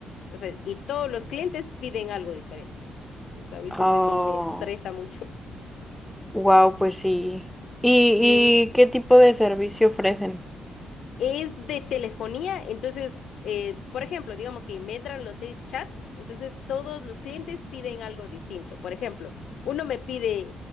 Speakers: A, on the left (about 70°); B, in the centre.
A: O sea, y todos los clientes piden algo diferente. Entonces, a veces
B: Oh,
A: eso me estresa mucho.
B: wow, pues sí. ¿Y,
A: Mm.
B: y qué tipo de servicio ofrecen?
A: es de telefonía, entonces, eh, por ejemplo, digamos que me entran los seis chats, entonces todos los clientes piden algo distinto. Por ejemplo, uno me pide